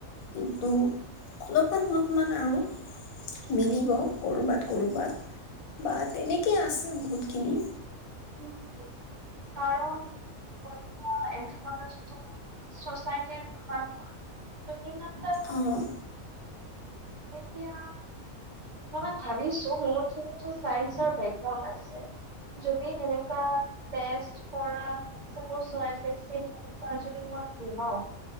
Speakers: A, on the left; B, on the right.
A: কিন্তু সলপমান - অলপমান আৰু। মিলিব কৰবাত- কৰবাত বা তেনেকেই আছে বহুতখিনি।
B: উম কাৰণ ধৰি লা এক- <unintelligible>
A: অহ।
B: এতিয়া মই ভাবিছোঁ, মোৰ যিহেতু চাইঞ্চৰ বেকগ্ৰাউড আছে। সে হেনকুৱা টেষ্ট কৰা চাপশ্চ চইণ্ট টেষ্টিং তোৰ পা যদি <unintelligible>